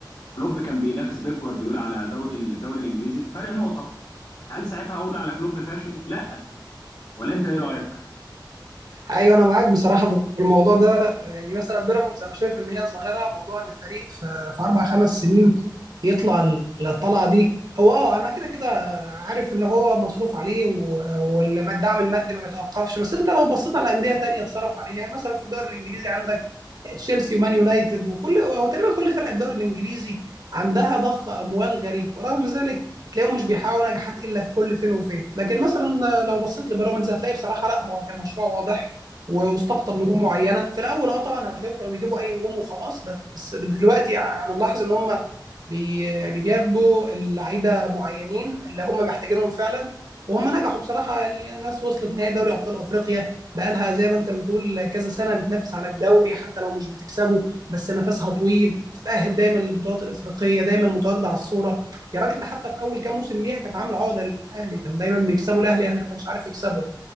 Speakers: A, on the left; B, on the right.
A: كلوب كان بينافس بيب جوارديولا على دوري الدوري الانجليزي فرق نقطه هل ساعتها اقول على كلوب فاشل؟ لا ولا انت ايه رايك
B: ايوه انا معاك بصراحه في الموضوع ده يعني مثلا بيراميدز انا شايف ان هي ظاهره موضوع ان فريق في, في اربع خمس سنين يطلع الطلعه دي هو اه انا كده كده عارف ان هو مصروف عليه والدعم المادي ما بيتوقفش بس انت لو بصيت على انديه تانية اتصرف عليها يعني مثلا في الدوري الانجليزي عندك تشيلسي ومان يونايتد وكل هو تقريبا كل فرق الدوري الانجليزي عندها ضخ اموال غريب ورغم ذلك تلاقيهم مش بيحققوا نجاحات الا في كل فين وفين لكن مثلا لو بصيت لبيراميدز هتلاقي بصراحه لا هو كان مشروع واضح و- واستقطب نجوم معينه في الاول اه طبعا هتلاقيهم كانوا بيجيبوا اي نجوم وخلاص بس دلوقتي انا ملاحظ ان هم بي يعني بياخدوا اللعيبه معينين اللي هم محتاجينهم فعلا وهم نجحوا بصراحه يعني الناس وصلت نهائي دوري ابطال افريقيا بقالها زي ما انت بتقول كذا سنه بتنافس على الدوري حتى لو مش بتكسبه بس نفسها طويل تتاهل دايما للبطولات الافريقيه دايما متواجده على الصوره يا راجل ده حتى في اول كام موسم ليها كانت عامله عقده للاهلي كان دايما بيكسبوا الاهلي الاهلي ما كانش عارف يكسبه